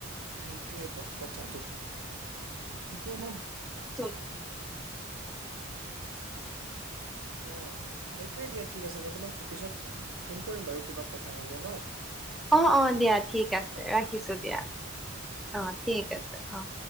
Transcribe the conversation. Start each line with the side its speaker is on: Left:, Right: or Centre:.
Right: সেইটোৱে কথাটো, এইটো অলপ
Centre: তুম
Right: অ' সেইটোৱে দিয়া, ঠিক আছে। মই তোমাক পিছত ফোন কৰিম বাৰু কিবা কথা হ'লে ন?
Centre: অ' অ' দিয়া ঠিক আছে।
Right: অ
Centre: ৰাখিছো দিয়া। অ' ঠিক আছে। অ'।